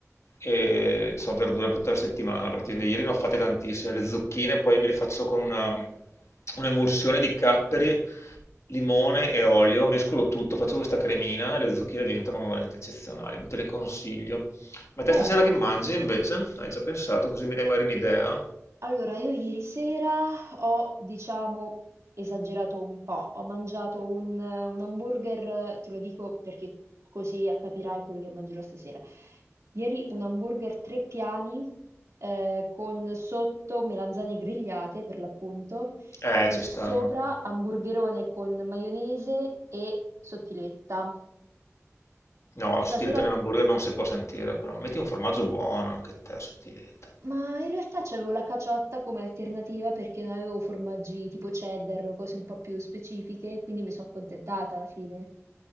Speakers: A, on the left; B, on the right.
A: e ho verdura per tutta la settimana. Praticamente ieri ne ho fatte tantissime. Le zucchine poi me le faccio con una, un'emulsione di capperi, limone e olio, mescolo tutto, faccio questa cremina e le zucchine diventano veramente eccezionali. Te le consiglio. Ma te
B: Beh.
A: stasera che mangi invece? Hai già pensato? Così mi dai magari un'idea?
B: Allora, io ieri sera ho, diciamo, esagerato un po', ho mangiato un, un hamburger, te lo dico perché così capirai quello che mangerò stasera. Ieri un hamburger tre piani, eh, con sotto melanzane grigliate per l'appunto,
A: Eh,
B: e
A: ci
B: sopra
A: stanno.
B: hamburgerone con maionese e sottiletta.
A: No, la sottiletta
B: Stasera
A: nell'hamburger non si può sentire, però metti un formaggio buono anche te, sottiletta.
B: Ma in realtà c'avevo la caciotta come alternativa perché non avevo formaggi tipo cheddar o cose un po' più specifiche, quindi mi sono accontentata alla fine.